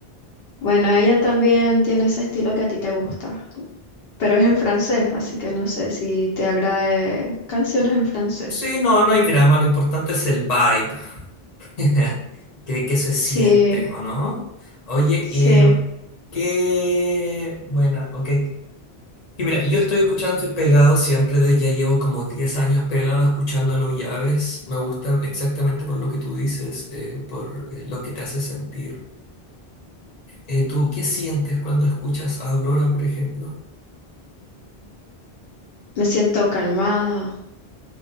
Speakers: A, on the left; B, on the left.
A: Bueno, ella también tiene ese estilo que a ti te gusta, pero es en francés, así que no sé si te agrade canciones en francés.
B: Sí, no, no hay drama, lo importante es el vibe, <laughs> que, que se siente,
A: Sí,
B: ¿o no? Oye,
A: sí.
B: em, qué buena, ok. Y mira, yo estoy escuchando, estoy pegado siempre, de, ya llevo como 10 años pegado escuchando a No me gusta exactamente por lo que tú dices, eh, por eh, lo que te hace sentir. Eh, ¿tú qué sientes cuando escuchas a Aurora, por ejemplo?
A: Me siento calmada,